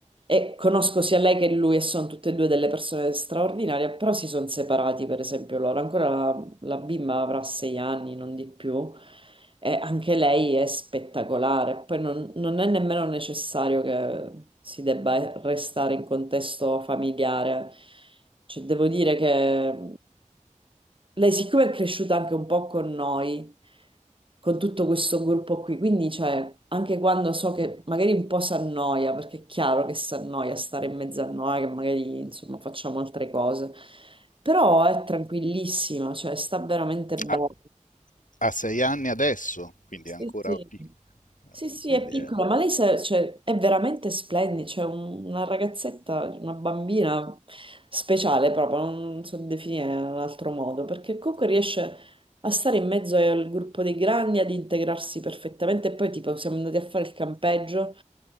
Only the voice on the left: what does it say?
A, a sei anni adesso, quindi
è ancora
piccolo.
Quindi
è...